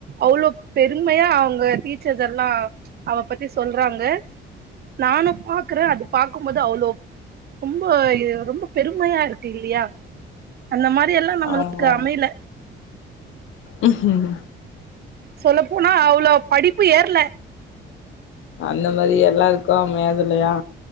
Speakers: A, on the right (about 55°); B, on the left (about 80°).
A: அவ்ளோ பெருமையா அவங்க டீச்சர்ஸ் எல்லா அவ பத்தி சொல்றாங்க நானும் பாக்குற அது பாக்கும்போது அவ்ளோ ரொம்போ இது ரொம்ப பெருமையா இருக்கு இல்லியா அந்த மாரி எல்லா நம்மளுக்கு
B: ஆமா
A: அமையல
B: உம் உம்..
A: சொல்ல போனா அவ்ளோ படிப்பு ஏறல
B: அந்த மாரி எல்லாருக்கு அமையாதில்லையா